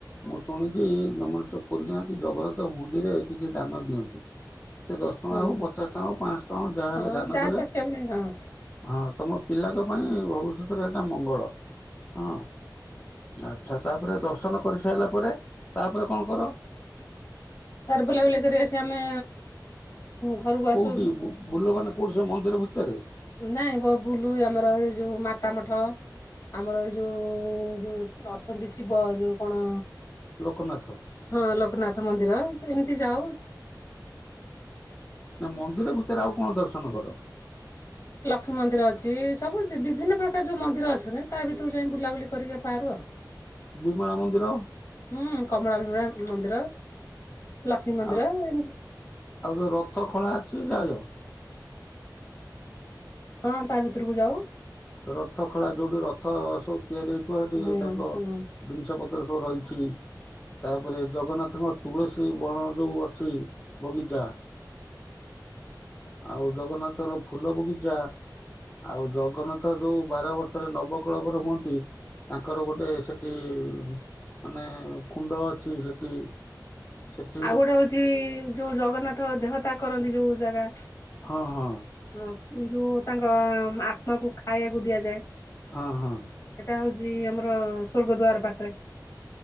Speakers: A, on the left (about 25°); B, on the left (about 45°).
A: ମୁଁ ଶୁଣିଚ୍ଛି <unintelligible> ସବୁ ନାହାନ୍ତି ଜଗନ୍ନାଥ ହୁଣ୍ଡିରେ କିଛି ଦାନ ଦିଅନ୍ତି। ସେ ଦଶ ଟଙ୍କା
B: ହୁଁ।
A: ହଉ ପଚାଶ ଟଙ୍କା ହଉ ପାଞ୍ଚ ଟଙ୍କା ଜାହାଦେଲେ
B: ହଁ
A: ଦାନଦେଲେ
B: ଯାହା ସକ୍ଷମ
A: ଧାନ
B: ନାହିଁ
A: ଦେଲେ-
B: ହଁ
A: ହଁ ତମ ପିଲାଙ୍କ ପାଇଁ ଭବିଷ୍ୟତରେ ଏଇଟା ମଙ୍ଗଳ ହଁ। ଆଚ୍ଛା ତାପରେ ଦର୍ଶନ କରି ସାରିଲା ପରେ ତାପରେ କଣ କର? ଗାମ <inaudible>
B: ତାପରେ ବୁଲାବୁଲି କରି ଆସିବା ଆମେ ଘରକୁ
A: କୋଉଠି
B: ଆସୁ
A: ବୁଲ ମାନେ କୋଉଠି ସେ ମନ୍ଦିର ଭିତରେ?
B: ନାହିଁ ବ ବୁଲୁ ଆମର ଏଇ ଯେଉଁ ମାତା ମଠ ଆମର ଏ ଯେଉଁ ଯେଉଁ ଅଛନ୍ତି ଶିବ ଯୋଉ କଣ?
A: ଲୋକନାଥ
B: ହଁ ଲୋକନାଥ ମନ୍ଦିର ଏମିତି ଯାଉ।
A: ନା ମନ୍ଦିର ଭିତରେ ଆଉ କଣ ଦର୍ଶନ କର?
B: ଲକ୍ଷ୍ମୀ ମନ୍ଦିର ଅଛି ସବୁ ବିଭିନ୍ନ ପ୍ରକାର ଯୋଉ ମନ୍ଦିର ଅଛନ୍ତି। ତା ଭିତରୁ ଯାଇ ବୁଲାବୁଲି କରିକା ପାରୁ ଆଉ
A: ବିମଳା ମନ୍ଦିର।
B: ହୁଁ କମଳା ଭିମଳା ମନ୍ଦିର ଲକ୍ଷ୍ମୀ ମନ୍ଦିର
A: ଆଉ
B: ଏମତି
A: ଆଉ ଯୋଉ ରଥ ଖଳା ଅଛି ଯାହା
B: ହଁ ତା ଭିତରକୁ ଯାଉ।
A: ରଥ ଖୋଳା ଯୋଉଠି ରଥ ସବୁ ତିଆରି ହେଇଥିବ ସେଠି
B: ହୁଁ
A: ତାଙ୍କ
B: ହୁଁ।
A: ଜିନିଷ ପତ୍ର ସବୁ ରହିଛି। ତାପରେ ଜଗନ୍ନାଥଙ୍କ ତୁଳସୀ ବଣ ଯୋଉ ଅଛି ବଗିଚା। ହୁଁ ଆଉ ଜଗନ୍ନାଥଙ୍କ ଫୁଲ ବଗିଚା ଆଉ ଜଗନ୍ନାଥ ଯଉ ବାର ବର୍ଷରେ ନବକୁଳବର ହୁଅନ୍ତି। ତାଙ୍କର ଗୋଟେ ସେଠି ମାନେ କୁଣ୍ଡ ଅଛି ସେଠି। ସୋ
B: ଆଉ ଗୋଟେ ହଉଛି ଯୋଉ ଜଗନ୍ନାଥ ଦେହତା କରନ୍ତି ଯୋଉ ଜାଗା।
A: ହଁ ହଁ।
B: ହଁ ଯୋଉ ତାଙ୍କ ଆତ୍ମାକୁ ଖାଇବାକୁ ଦିଆଯାଏ। ସେଟା
A: ହଁ ହଁ
B: ହଉଛି ଆମର ସ୍ୱର୍ଗ ଦ୍ବାର ପାଖରେ।